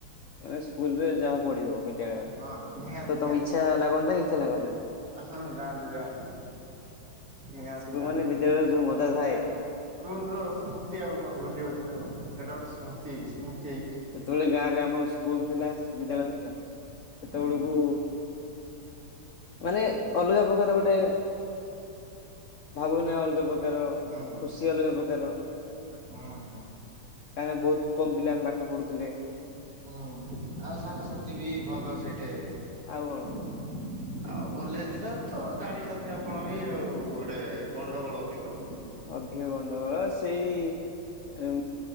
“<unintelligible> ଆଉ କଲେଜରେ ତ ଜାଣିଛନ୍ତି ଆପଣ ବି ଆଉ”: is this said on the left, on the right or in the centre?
Right